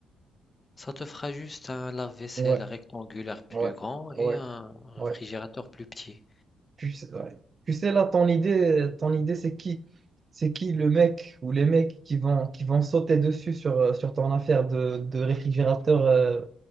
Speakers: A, on the left; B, on the right.
A: Ça te fera juste un lave-vaisselle
B: Ouais,
A: rectangulaire plus
B: ouais,
A: grand et
B: ouais,
A: un réfrigérateur
B: ouais.
A: plus petit.
B: Tu sais, ouais. Tu sais, là, ton idée, ton idée, c'est qui? C'est qui le mec ou les mecs qui vont, qui vont sauter dessus sur, euh, sur ton affaire de, de réfrigérateur, euh,